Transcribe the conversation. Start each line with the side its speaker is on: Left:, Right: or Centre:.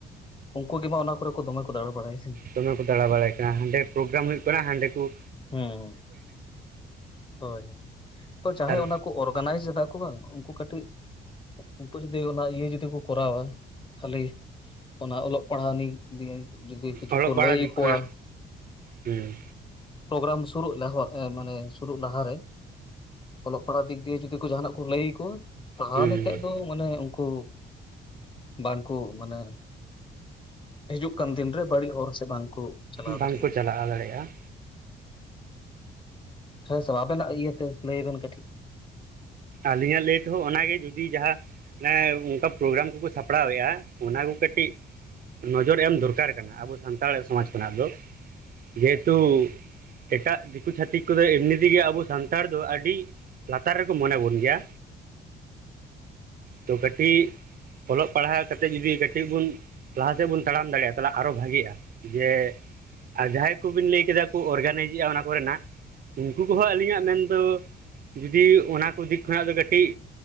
Left: ᱩᱱᱠᱩ ᱜᱮ ᱢᱟ ᱚᱱᱟ ᱠᱚᱨᱮ ᱫᱚᱢᱮ ᱠᱚ ᱫᱟᱲᱟ ᱵᱟᱲᱟᱭ ᱥᱮ
Right: ᱫᱚᱢᱮ ᱠᱚ ᱫᱟᱬᱟ ᱵᱟᱲᱟᱭ ᱠᱟᱱᱟ, ᱦᱟᱸᱰᱮ ᱯᱨᱳᱜᱨᱟᱢ ᱦᱩᱭᱩᱜ ᱠᱟᱱᱟ ᱦᱟᱸᱰᱮ ᱠᱚᱼᱼ
Left: ᱦᱩᱸ ᱦᱳᱭ, ᱛᱚ ᱡᱟᱦᱟᱸᱭ
Right: ᱟᱨ
Left: ᱚᱱᱟ ᱠᱚ ᱚᱨᱜᱟᱱᱟᱭᱤᱡᱽ ᱫᱟ ᱩᱱᱠᱩ ᱵᱟᱝ ᱩᱱᱠᱩ ᱠᱟᱹᱴᱤᱡ ᱩᱱᱠᱩ ᱡᱩᱚᱫᱤ ᱚᱱᱟ ᱤᱭᱟᱹ ᱡᱩᱫᱤ ᱠᱚ ᱠᱚᱨᱟᱣᱟ ᱠᱷᱟᱹᱞᱤ ᱚᱱᱟ ᱚᱞᱚᱜ ᱯᱟᱲᱦᱟᱣ ᱱᱤᱭᱮ ᱫᱤᱭᱮ ᱡᱩᱫᱤ ᱠᱤᱪᱷᱩ
Right: ᱚᱞᱚᱜ
Left: ᱠᱚ
Right: ᱯᱟᱲᱦᱟᱜ
Left: ᱞᱟᱹᱭ
Right: ᱫᱤᱠ
Left: ᱟᱠᱚᱣᱟ
Right: ᱠᱷᱚᱱᱟᱜ ᱦᱩᱸ
Left: ᱯᱨᱳᱜᱨᱟᱢ ᱥᱩᱨᱩᱜ ᱢᱟᱱᱮ ᱥᱩᱨᱩᱜ ᱞᱟᱦᱟᱨᱮ ᱚᱞᱚᱜ ᱯᱟᱲᱦᱟᱜ ᱫᱤᱠ ᱫᱤᱭᱮ ᱡᱩᱫᱤ ᱠᱚ ᱡᱟᱦᱟᱱᱟᱜ ᱠᱚ ᱞᱟᱹᱭ ᱟᱠᱚᱣᱟ ᱛᱟᱦᱚᱞᱮ
Right: ᱦᱩᱸ
Left: ᱠᱷᱟᱱᱡ ᱫᱚ ᱢᱟᱱᱮ ᱩᱱᱠᱩ ᱵᱟᱝᱠᱩ ᱢᱟᱱᱮ ᱦᱤᱡᱩᱜ ᱠᱟᱱ ᱫᱤᱱᱨᱮ ᱵᱟᱹᱲᱤᱡ ᱦᱚᱨ ᱥᱮᱫ ᱵᱟᱝ ᱠᱚ ᱪᱟᱞᱟᱣ
Right: ᱵᱟᱝᱠᱚ
Left: ᱫᱟᱲᱮᱭᱟᱜᱼᱟ
Right: ᱪᱟᱞᱟᱣ ᱫᱟᱲᱮᱭᱟᱜᱼᱟ
Left: ᱦᱮᱸ ᱥᱮ ᱵᱟᱝ ᱟᱵᱮᱱᱟᱜ ᱤᱭᱟᱹᱛᱮ ᱞᱟᱹᱭ ᱵᱮᱱ ᱠᱟᱹᱴᱤᱡ
Right: ᱟᱹᱞᱤᱧᱟᱜ ᱞᱟᱹᱭ ᱛᱮᱦᱚᱸ ᱚᱱᱟᱜᱮ ᱡᱩᱫᱤ ᱡᱟᱦᱟᱸ ᱚᱱᱠᱟ ᱯᱨᱳᱜᱨᱟᱢ ᱠᱚᱠᱚ ᱥᱟᱯᱲᱟᱣᱮᱜᱼᱟ ᱚᱱᱟ ᱠᱚ ᱠᱟᱹᱴᱤᱡ ᱱᱚᱡᱚᱨ ᱮᱢ ᱫᱚᱨᱠᱟᱨ ᱠᱟᱱᱟ ᱟᱵᱚ ᱥᱟᱱᱛᱟᱲ ᱥᱚᱢᱟᱡᱽ ᱠᱷᱚᱱᱟᱜ ᱫᱚ ᱾ ᱡᱮᱦᱮᱛᱩ ᱮᱴᱟᱜ ᱫᱤᱠᱩ ᱪᱷᱟᱹᱛᱤᱠ ᱠᱚᱫᱚ ᱮᱢᱱᱤ ᱛᱮᱜᱮ ᱟᱵᱚ ᱥᱟᱱᱛᱟᱲ ᱫᱚ ᱟᱹᱰᱤ ᱞᱟᱛᱟᱨ ᱨᱮᱠᱚ ᱢᱚᱱᱮ ᱵᱚᱱᱟ ᱾ ᱜᱮᱭᱟ ᱛᱚ ᱠᱟᱹᱴᱤᱡ ᱚᱞᱚᱜ ᱯᱟᱲᱦᱟᱣ ᱠᱟᱛᱮᱫ ᱡᱩᱫᱤ ᱠᱟᱹᱴᱤᱡ ᱵᱚᱱ ᱞᱟᱦᱟ ᱥᱮᱫ ᱵᱚᱱ ᱛᱟᱲᱟᱢ ᱫᱟᱲᱮᱭᱟᱜᱼᱟ ᱟᱨᱚ ᱵᱷᱟᱜᱤᱜᱼᱟ ᱡᱮ ᱟᱨ ᱡᱟᱦᱟᱸᱭ ᱠᱚᱵᱤᱱ ᱞᱟᱹᱭ ᱠᱮᱫᱟ ᱠᱚ ᱚᱨᱜᱟᱱᱟᱭᱤᱡ ᱮᱜᱼᱟ ᱚᱱᱟ ᱠᱚᱨᱮᱱᱟᱜ ᱩᱱᱠᱩ ᱠᱚᱦᱚᱸ ᱟᱹᱞᱤᱧᱟᱜ ᱢᱮᱱᱫᱚ ᱡᱩᱫᱤ ᱚᱱᱟ ᱠᱚ ᱫᱤᱠ ᱠᱷᱟᱱᱟ ᱫᱚ ᱠᱟᱹᱴᱤᱡ